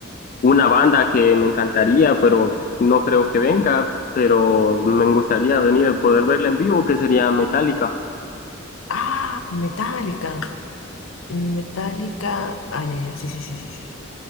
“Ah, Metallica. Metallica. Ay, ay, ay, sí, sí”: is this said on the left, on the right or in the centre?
Left